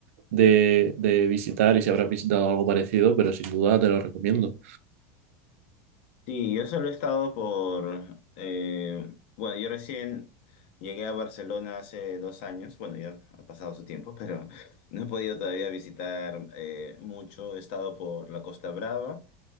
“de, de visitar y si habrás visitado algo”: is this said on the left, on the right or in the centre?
Right